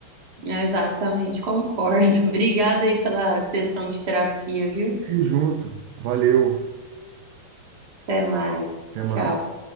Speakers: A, on the right; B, on the right.
A: É, exatamente, concordo. <laughs> Obrigada aí pela sessão de terapia, viu?
B: Tamo junto. Valeu.
A: Até mais.
B: Até mais.
A: Tchau.